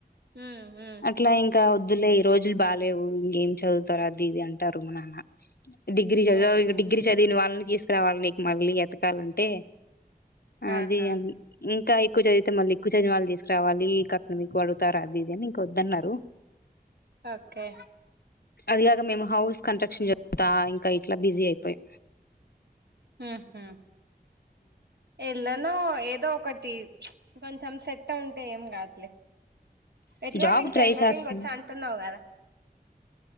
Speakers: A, on the right; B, on the left.
A: ఉమ్ ఉమ్
B: అట్లా ఏం కా వద్దులే ఈ రోజులు బాలేవు ఇంకేం చదువుతారు అది ఇది అంటారు మా నాన్న డిగ్రీ చదివావ్
A: ఆహా
B: ఇంక డిగ్రీ చదివిన వాళ్ళని తీసుకురావాలని మళ్ళీ ఎతకాలంటే అది
A: ఆహా
B: అ ఇంకా ఎక్కువ చదివితే మళ్ళి ఎక్కువ చదివిన వాళ్ళని తీసుక్ రవాలి కట్నం ఎక్కువ అడుగుతారు అది ఇది అని వద్దన్నారు
A: ఓకే
B: అదిగాక మేము హౌస్ కట్రక్షన్ అద ఇంకా ఇట్లా బిజీ అయిపోయా
A: హు... హమ్ <unintelligible> ఏదో ఒకటి కొంచెం సెట్ ఉంటే ఏం కాదులే ఎట్లా
B: జాబ్
A: నీకు
B: ట్రై
A: టైలరింగ్
B: చేస్తున్నా
A: వచ్చా అంటున్నావు కదా